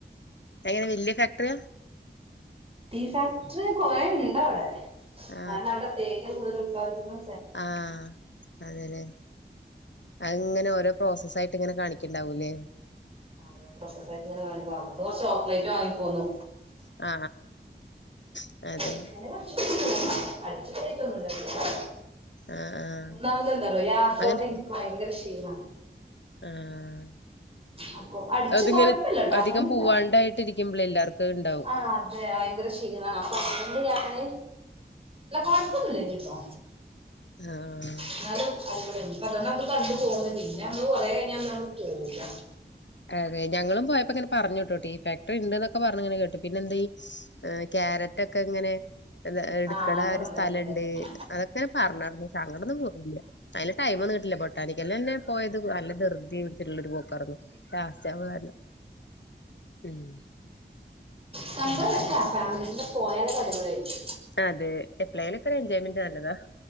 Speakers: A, on the left; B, on the right.
A: എങ്ങനെ വല്യ ഫാക്ടറിയാ
B: ടീ ഫാക് റ്ററി കുറെഉണ്ടവിടെ
A: ആ
B: ഞാൻ അവിടെ തേയില കൂടുതലും പ്പതിന്നു
A: ആ അതെ ല്ലേ അതിങ്ങനെ ഓരോ പ്രോസസായിട്ട് ഇങ്ങനെ കാണിക്കണ്ടാവൂല്ലേ
B: ആ പ്രോസസായിട്ട് ഇങ്ങനെ കാണിക്കും <unintelligible> ചോക്ലേറ്റ് വാങ്ങിപ്പോന്നു
A: ആ ആ
B: <unintelligible>
A: അതെ
B: അടിച്ചു പോയിട്ടൊന്നില്ല <unintelligible>
A: ആഹ് ആഹ്
B: ഒന്നാമത് എന്താറിയോ യാത്ര
A: അങ്ങനെ
B: കൊണ്ട് എനിക്ക് ഭയങ്കര ക്ഷീ ട്ടീനാ
A: ആഹ്
B: അപ്പൊ അടിച്ച്
A: അതിങ്ങനെ
B: കൊഴപ്പില്ലട്ടോ
A: അധികം
B: അങ്ങനില്ല
A: പൂവാണ്ടായിട്ടിരിക്കുമ്പളെ എല്ലാർക്കും അത്ണ്ടാവും
B: ആ അതെ ഭയങ്കര ക്ഷീണാണോ ഉണ്ട് ഞാന് ഇല്ല കൊ യപ്പോന്നൂല്ലെന്നു ട്ടോ
A: ആഹ്
B: എന്നാലും അടിപൊളിയാരുന്നു അപ്പ അതുകൊണ്ട് നമ്മള് കണ്ടു പോകുന്നത് പിന്നെ നമ്മ കൊറെ കഴിഞ്ഞ നമ്മള് പോകുല്ല
A: അതെ ഞങ്ങളും പോയപ്പോ ഇങ്ങനെ പറഞ്ഞുട്ടോ ടീ ഫാക്ടറിണ്ട് ന്നൊക്കെ പറഞ്ഞു ഇങ്ങനെ കേട്ടു പിന്നെന്തെ ക്യാരറ്റ് ഒക്കെ ഇങ്ങനെ എടുക്കട
B: ആ അതൊക്കെ
A: ഒരു
B: ഉണ്ടായിനില്ലേ
A: സ്ഥലംണ്ട് അതൊക്കെങ്ങനെ പറഞ്ഞ പശ് അങ്ങട്ടന്നും പോയില്ല. അയിന് ടൈം ഒന്നും കിട്ടില്ല ബ തടിക്കല്ലെന്നെ പോയത് അല്ല ദൃ ജീവിതത്തിലുള്ളരു പോക്കാറുന്നു ലാസ്റ്റാവാർന്ന് ഉം
B: സമ്പളം <unintelligible>
A: അങ്ങനെ
B: ഫാമിലീസിന്റെ പോയാലൊക്കെ അടിപൊളി ആയിരിക്
A: അതെ എപ്പ്ളേലൊക്കൊരു എൻജോയ്മെന്റ് നല്ലതാ